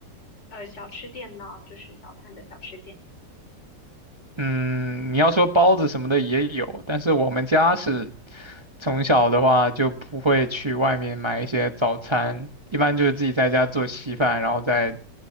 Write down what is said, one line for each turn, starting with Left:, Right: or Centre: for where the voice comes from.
Left: 呃，小吃店呢，就是早餐的小吃店
Right: 嗯，你要说包子什么的也有，但是我们家是。从小的话就不会去外面买一些早餐，一般就是自己在家做稀饭，然后再